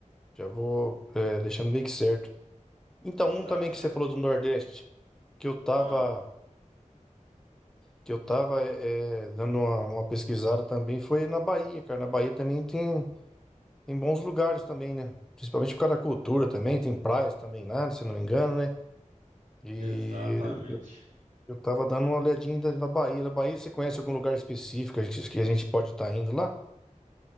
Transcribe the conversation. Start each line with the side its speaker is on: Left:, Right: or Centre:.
Centre: já vou, é, deixando meio que certo. Então,
Right: exato.
Centre: um também que
Right: Essa,
Centre: você falou do Nordeste, que eu tava,
Right: Ah,
Centre: que eu tava eh, eh, dando uma, uma pesquisada também, foi na Bahia, cara. Na Bahia também tem, tem bons lugares também, né? Principalmente por causa da cultura também, tem praias também lá, se não me engano, né? E
Right: exatamente.
Centre: eu tava dando uma olhadinha da- na Bahia. Da Bahia, você conhece algum lugar específico que que a gente pode estar indo lá?